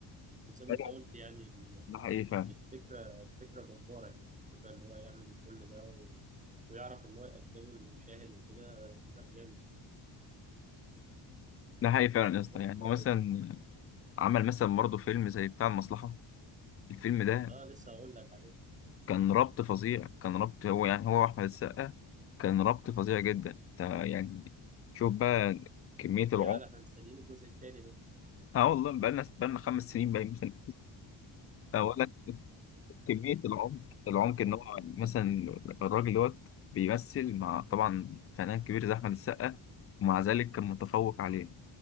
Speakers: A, on the right; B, on the left.
A: وزي ما
B: أيوة،
A: أنت قلت يعني ال-
B: ده حقيقي فعلا
A: الفكرة الفكرة جبارة يعني الفكرة اللي هو يعمل كل ده و... ويعرف إن هو يقدمه للمشاهد وكده لا جامد
B: ده حقيقي فعلا
A: دوره
B: يا اسطى
A: برضه
B: يعني هو مثلا عمل مثلا برضه فيلم زي بتاع المصلحة الفيلم ده
A: آه لسه هقول لك عليه
B: كان ربط فظيع كان ربط هو يعني هو واحمد السقا كان ربط فظيع جدا انت يعني شوف بقى كمية العمق
A: يا جدع ده إحنا مستنيين الجزء التاني منه
B: اه والله بقالنا بقالنا خمس سنين باين مثلا اولا كمية العمق العمق
A: <laughs>
B: ان هو مثلا الراجل دوت بيمثل مع طبعا فنان كبير زي احمد السقا ومع ذلك كان متفوق عليه